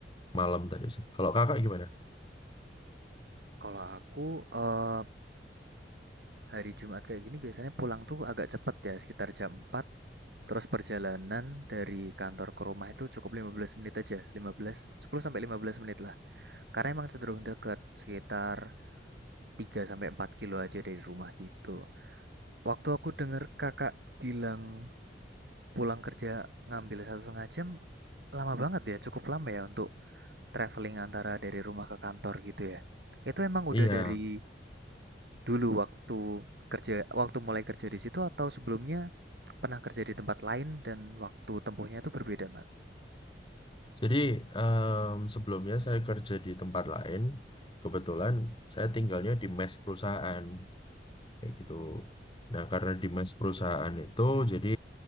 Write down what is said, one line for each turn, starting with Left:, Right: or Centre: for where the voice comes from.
Left: malam tadi sih. Kalau kakak gimana?
Right: Kalau aku eh, hari Jumat kayak gini biasanya pulang tuh agak cepet ya, sekitar jam 4. Terus perjalanan dari kantor ke rumah itu cukup 15 menit aja, 15, 10 sampai 15 menit lah. Karena emang cenderung deket, sekitar 3 sampai 4 kilo aja dari rumah gitu. Waktu aku denger kakak bilang pulang kerja ngambil satu setengah jam lama banget ya, cukup lama ya untuk traveling antara dari rumah ke kantor gitu ya. Itu emang udah
Left: Eh, iya.
Right: dari dulu waktu kerja, waktu mulai kerja di situ atau sebelumnya pernah kerja di tempat lain dan waktu tempuhnya itu berbeda, Mas?
Left: Jadi em, sebelumnya saya kerja di tempat lain. Kebetulan saya tinggalnya di mes perusahaan kayak gitu. Nah, karena di mes perusahaan itu jadi